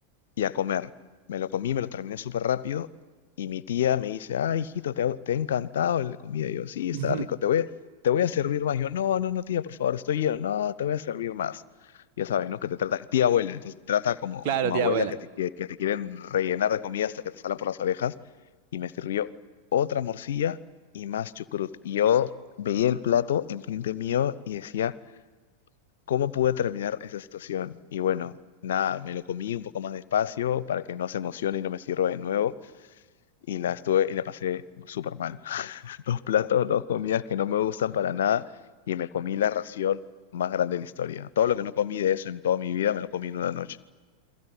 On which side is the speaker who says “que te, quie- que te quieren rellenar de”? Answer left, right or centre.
Left